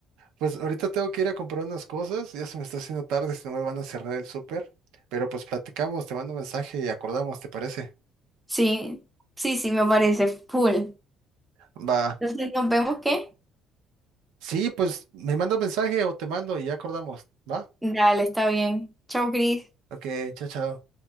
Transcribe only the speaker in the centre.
Sí, sí, sí, me parece full.
Entonces nos vemos, ¿qué?
Dale, está bien. Chao, Cris.